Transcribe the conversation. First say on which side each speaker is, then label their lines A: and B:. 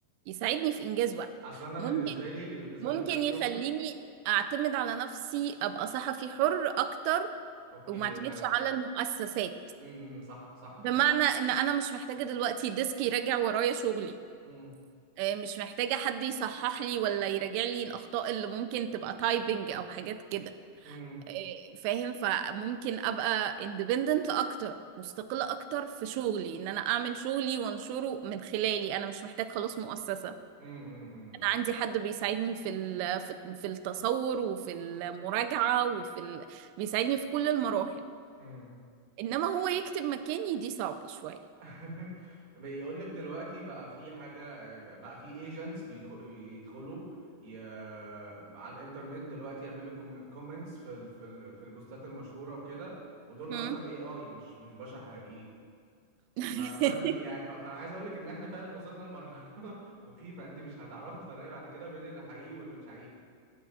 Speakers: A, on the right (about 90°); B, on the right (about 70°).
A: يساعدني في إنجاز وقت
B: أصل أنا
A: ممكن
B: بالنسبة لي اللي بالنسبة
A: ممكن
B: لمجال شغلي
A: يخليني أعتمد على نفسي أبقى صحفي حر أكتر
B: أوكي
A: وما اعتمدش
B: أيوه
A: على المؤسسات
B: مم، مم، صح صح
A: بمعنى
B: فعلا
A: إن أنا مش محتاجة دلوقتي ديسك يراجع ورايا شغلي
B: مم،
A: آه، مش محتاجة حد يصحح لي ولا يراجع لي الأخطاء اللي ممكن تبقى تايبنج أو حاجات كده
B: مم.
A: آه، فاهم فممكن أبقى independent أكتر مستقلة أكتر في شغلي إن أنا أعمل شغلي وأنشره من خلالي أنا مش محتاج خلاص مؤسسة
B: امم
A: أنا عندي حد بيساعدني في ال- في في التصور وفي المراجعة وفي ال... بيساعدني في كل المراحل
B: امم
A: إنما هو يكتب مكاني دي صعبة شوية
B: <laughs> بيقول لك دلوقتي بقى في حاجة بقى في ايجنتس بيدخلوا ي... على الانترنت دلوقتي يعملوا كومنتس في ال... في ال... في البوستات المشهورة وكده ودول اصلا
A: هم؟
B: اي اي مش مش بشر حقيقيين
A: <laughs>
B: ف... فانت يعني ف... فانا عايز اقول لك ان احنا فعلا وصلنا لمرحلة <laughs> مخيفة انت مش هتعرفي تفرقي بعد كده بين اللي حقيقي واللي مش حقيقي